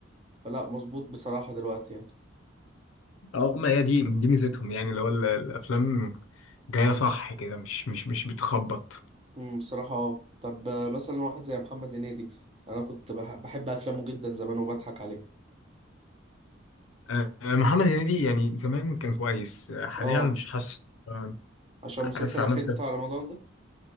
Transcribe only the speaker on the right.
فلأ مظبوط بصراحة دلوقتي يعني
مم، بصراحة اه طب آه، مثلا واحد زي محمد هنيدي أنا كنت بح- بحب أفلامه جدا زمان وبضحك عليها
اه
عشان المسلسل
الأخير
بتاع رمضان ده